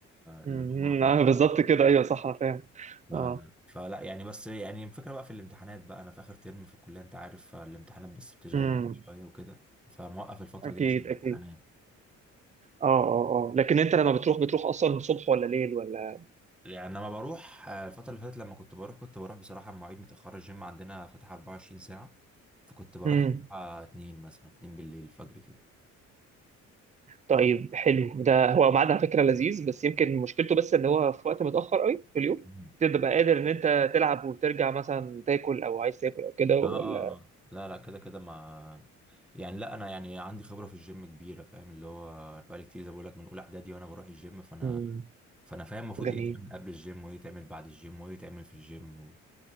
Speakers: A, in the centre; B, on the right (about 25°).
A: اللي
B: امم
A: هو
B: آه بالظبط كده أيوه صح أنا فاهم
A: ف...
B: اه
A: فلا يعني بس يعني الفكره بقى في الامتحانات بقى انا في اخر ترم في الكليه انت عارف فالامتحانات بس بتشغل
B: امم
A: الواحد شويه وكده فموقف الفتره
B: أكيد
A: دي عشان الامتحانات
B: أكيد اه اه اه لكن أنت لما بتروح بتروح أصلا صبح ولا ليل ولا
A: يعني لما بروح آه، الفترة اللي فاتت لما كنت بروح كنت بروح بصراحة مواعيد متأخرة الجيم عندنا فاتح 24 ساعة فكنت بروح
B: امم
A: مم. الساعة 2 مثلا 2 بالليل الفجر كده
B: طيب حلو ده هو ميعاد على فكرة لذيذ بس يمكن مشكلته بس إن هو في وقت متأخر قوي في اليوم
A: مم.
B: تبقى قادر إن أنت تلعب وترجع مثلا تاكل أو عايز تاكل أو كده ولا
A: اه آه. لا لا كده كده ما يعني لا انا يعني عندي خبرة في الجيم كبيرة فاهم اللي هو بقالي كتير زي ما بقول لك من اولى اعدادي وانا بروح الجيم فانا
B: مم.
A: فانا فاهم المفروض
B: جميل
A: ايه يتعمل قبل الجيم وايه يتعمل بعد الجيم وايه يتعمل في الجيم و...